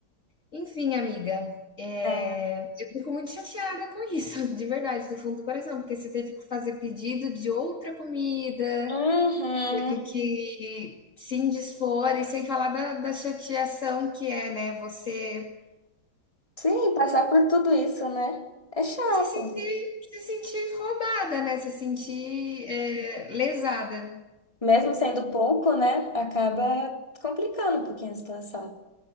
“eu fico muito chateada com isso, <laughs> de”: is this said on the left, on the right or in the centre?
Left